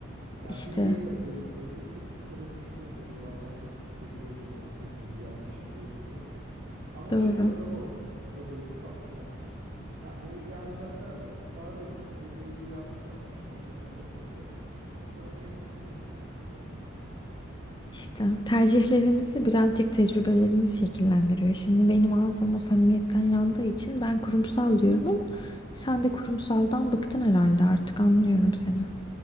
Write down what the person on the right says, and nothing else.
Ya
bir mail atıyoruz böyle 40 kere düşünüyoruz acaba saygısızlık ediyoruz mu etmiyoruz mu bir yanlış yapıyoruz mu diye. Ama
şey ortamı olsa böyle ufak bir yer. Ya maili yanlış atsan da bağırıyorsun dayı maili yanlış atmışım orada takılma diye. O samimiyeti istiyorum ben artık ya.